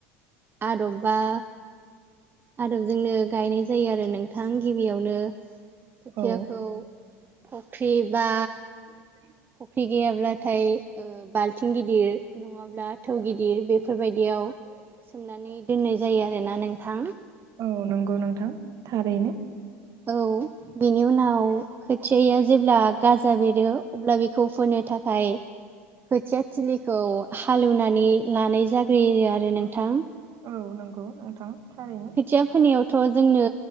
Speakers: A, on the right; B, on the right.
A: आदबबा आदबजोंनो गायनाय जायो आरो नोंथां गिबियावनो खोथियाखौ
B: औ
A: फख्रि बा
B: <inaudible>
A: फुख्रि गैयाब्लाथाय बाल्थिं गिदिर नङाब्ला अब्ला थौ गिदिर बेफोरबायदियाव सोमनानै दोननाय जायो आरोना नोंथां
B: औ नंगौ नोंथां थारैनो
A: औ बेनि उनाव खोथियाया जेब्ला गाजा बेरो अब्ला बेखौ फोनो नो थाखाय खोथिया थिलिखौ हालेवनानै लानाय जाग्रोयो आरो नोंथां
B: औ नंगौ नोंथां थारैनो
A: खोथिया फोनायावथ' जोंनो